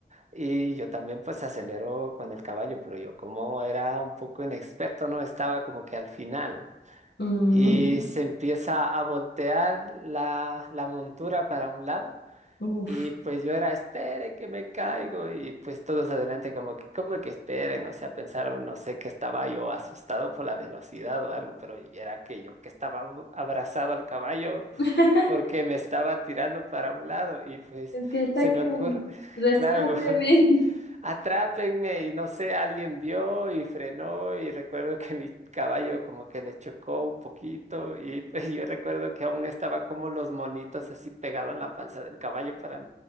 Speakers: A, on the right (about 40°); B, on the left (about 75°).
A: y yo también pues acelero con el caballo, pero yo como era un poco inexperto, no estaba como que al final
B: Mm,
A: y se empieza a voltear la, la montura para un lado.
B: uf.
A: Y pues yo era, espere que me caigo. Y pues todos adelante como que, como que esperen? O sea, pensaron, no sé, que estaba yo asustado por la velocidad o algo, pero y era que yo que estaba ab- abrazado al caballo
B: <laughs>
A: porque me estaba tirando para un lado. Y pues
B: Es que saca,
A: se me ocurre, <laughs>
B: rescáteme.
A: claro, <laughs> atrápenme y no sé, alguien vio y frenó y recuerdo que mi caballo como que le chocó un poquito y pues yo recuerdo que aún estaba como los monitos así pegado en la panza del caballo para,